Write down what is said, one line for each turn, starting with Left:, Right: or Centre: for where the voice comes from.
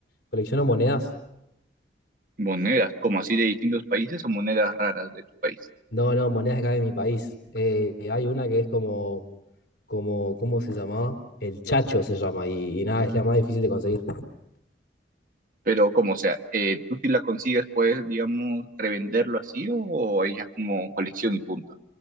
Left: Colecciono monedas.
Right: Monedas, como así de distintos países o monedas raras de tu país.
Left: No, no, monedas acá de mi país. Eh, hay una que es como, como, ¿cómo se llamaba? El Chacho se llama y, y nada, es la más difícil de conseguir.
Right: Pero como sea, eh, tú si la consigues, puedes, digamos, revenderlo así o, o ahí como colección y punto.